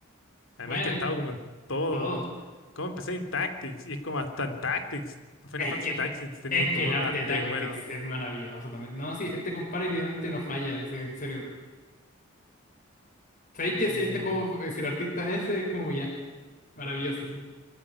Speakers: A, on the left; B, on the left.
A: Además
B: Bueno,
A: que ha
B: es
A: estado como en todo.
B: todo.
A: Como empecé en Tactics y es como hasta en Tactics. Final
B: Es
A: Fantasy
B: que,
A: Tactics tenía
B: es
A: como
B: que el arte
A: arte,
B: de Tactics
A: bueno.
B: es maravilloso también. No, sí, este compadre literalmente no falla, así, en serio. ¿Sabéis
A: eh,
B: que si este juego, eh, si el artista es ese, es como ya, maravilloso. sí.